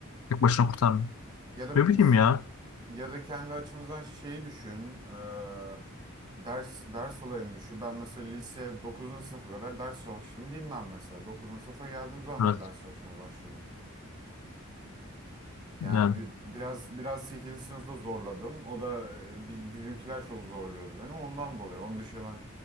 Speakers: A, on the left; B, on the right.
A: Tek başına kurtarmıyor.
B: Ya da
A: Ne bileyim
B: biz
A: ya.
B: Ya da kendi açımızdan şeyi düşün. eee, ders ders olayını düşün. Ben mesela lise dokuzuncu sınıfa kadar ders çalıştım. Bilmem mesela dokuzuncu sınıfa geldiğim zaman
A: Evet.
B: ben ders çalışmaya başladım. Yani
A: Yani,
B: bir biraz biraz 8. sınıfta zorladım. O da e, bi- bizimkiler çok zorluyordu beni. Ondan dolayı. Onun dışında ben